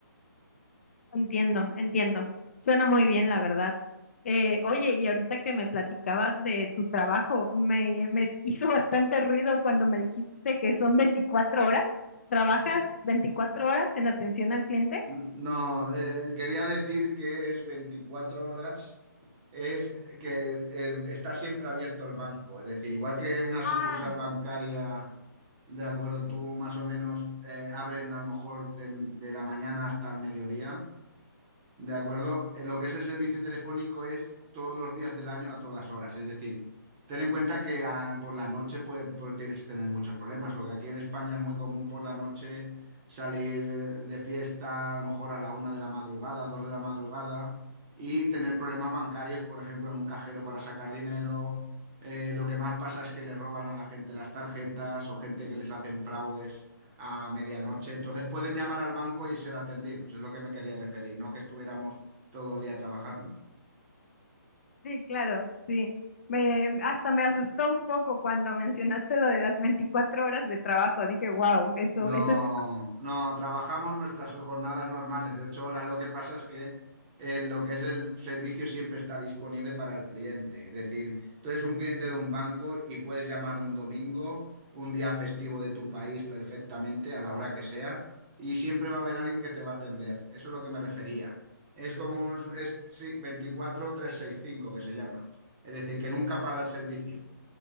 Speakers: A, on the left; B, on the right.
A: Entiendo, entiendo. Suena muy bien, la verdad. Eh, oye, y ahorita que me platicabas de tu trabajo, me, me <laughs> hizo bastante ruido cuando me dijiste que son 24 horas. ¿Trabajas
B: Sí.
A: 24 horas en atención al cliente?
B: No, eh, quería decir que es 24 horas, es que eh, está siempre abierto el banco, es decir, igual que una sucursal
A: Ah,
B: bancaria, de acuerdo, tú más o menos eh, abren a lo mejor de, de la mañana hasta el mediodía. De acuerdo, Eh, lo que es el servicio telefónico es todos los días del año a todas horas. Es decir, ten en cuenta que ah, por la noche puede, puede- tienes que tener muchos problemas, porque aquí en España es muy común por la noche salir eh, de fiesta a lo mejor a la una de la madrugada, dos de la madrugada, y tener problemas bancarios, por ejemplo, en un cajero para sacar dinero. Eh, lo que más pasa es que le roban a la gente las tarjetas o gente que les hacen fraudes a medianoche. Entonces pueden llamar al banco y ser atendidos, es lo que me quería referir, no que estuviéramos todo el día trabajando.
A: Sí, claro, sí. Me, hasta me asustó un poco cuando mencionaste lo de las 24 horas de trabajo. Dije, wow, eso,
B: No,
A: eso es
B: no, trabajamos nuestras jornadas normales de ocho horas. Lo que pasa es que eh, lo que es el servicio siempre está disponible para el cliente. Es decir, tú eres un cliente de un banco y puedes llamar un domingo, un día festivo de tu país perfectamente, a la hora que sea, y siempre va a haber alguien que te va a atender. Eso es lo que me refería. Es como, es, sí, 24-365 que se llama. Es decir, que nunca para el servicio.